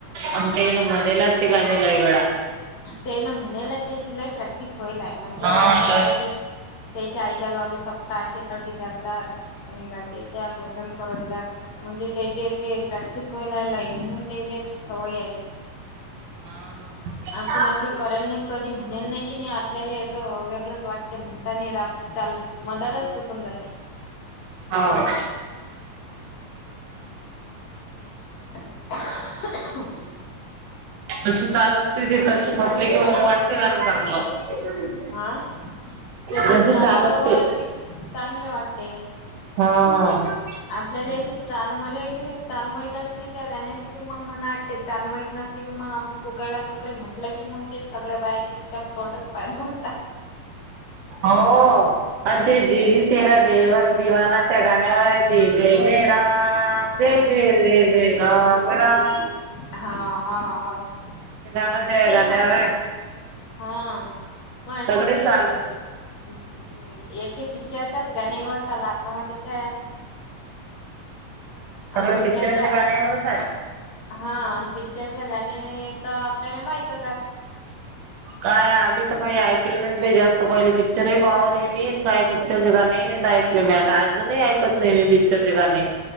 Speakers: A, on the right; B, on the left.
A: आमच्या इन मानय लागते लयवेळा.
B: ते ना म्हणयला त्याची लय प्रॅक्टिस होईलाय म्हणजे
A: हा
B: त्या अंत
A: लय
B: कधी त्याच्या आईच्या गावले सप्ता असते तटी जातात लागे त्या भजन करतात. म्हणजे त्याचे ते प्रॅक्टिस व्हायलाला म्हणून ते सवय आहे.
A: हम्म.
B: आपण असे करेल नाही कधी म्हणेल नाही की नाही आपल्याला असं वेगळंच वाटते म्हणता नाही आपली चाल. <unintelligible> चुकून जाते.
A: हाव.
B: <inaudible>
A: तशी चाल असते ते तशी म्हटले की मग वाटते गाणं चांगलं.
B: आ त्याची
A: जशी
B: चाल बरोबर
A: असते.
B: असली की चांगले वाटते.
A: हा.
B: आपल्याला अशी चाल <unintelligible> आहे की नाही चाल माहीत की त्या गाण्याची की मग म वाटते चाल माहत नसली की मग आपण को कडा कुकडे म्हटलं की मग ते सगळ्या बाया चुपचाप तोंडात पाायद घालता
A: आओ अ ते दिदी तेरा देवर दिवाना त्या गाण्यावर आहे ते जयजय राम जय, जय, जय, जय रामराम
B: हा, हा, हा ते
A: गाणं त्या गाण्यावर
B: ही मस्त
A: आहे.
B: हा मायसाठी
A: सगळे चाल
B: ह् याचे पिक्चरच्याच गाण्यावर चा नाच त्याच्या
A: सगळे
B: आणि पिक्चरच्या
A: पिक्चरचे गाण्या एवढंच आहे
B: हा पिक्चरच्या गाणे हे तर आपल्याला माहितच हाय
A: काय आम्ही तर काही ऐकल नाही, नाही जास्त पहिले पिक्चरही पाहु नाही मी काही पिक्चरचे गाणे नाही ऐकले म अजूनही ऐकत नाही मी पिक्चरचे गाणे